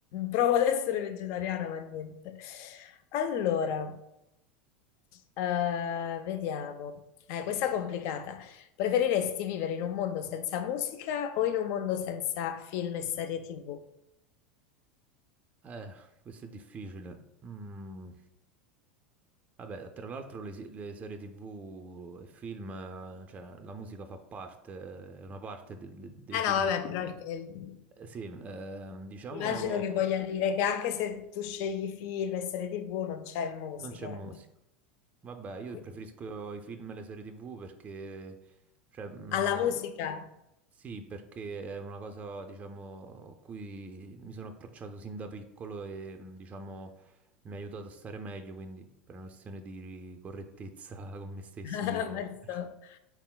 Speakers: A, on the left; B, on the right.
A: provo ad essere vegetariana, ma niente. Allora, eh, vediamo. Eh, questa è complicata. Preferiresti vivere in un mondo senza musica o in un mondo senza film e serie TV?
B: Eh, questo è difficile. Mm. Vabbè, tra l'altro le, si- le serie TV e film, eh, cioè la musica fa parte, è una parte de- de- dei
A: Eh
B: film.
A: no, vabbè, però il, il-
B: Eh, sì, eh, diciamo
A: Immagino che voglia dire che anche se tu scegli film e serie TV non c'è musica.
B: non c'è musica. Vabbè, io
A: Qui.
B: preferisco i film e le serie TV perché, cioè, mh,
A: Alla musica.
B: sì, perché è una cosa, diciamo, a cui mi sono approcciato sin da piccolo e, mh, diciamo, mi ha aiutato a stare meglio, quindi per una questione di correttezza <laughs> con me stesso
A: <laughs>
B: dico...
A: Penso.
B: <laughs>